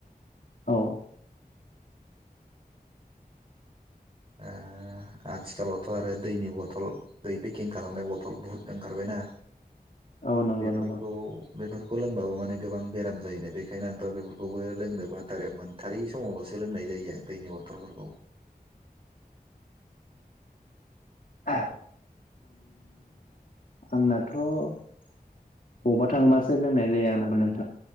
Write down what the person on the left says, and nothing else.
औ
औ नंगौ
नंगौ
आं आंनाथ‌ बबावबा थांबासो लोंनाय जायो आंनाबो नोंथां।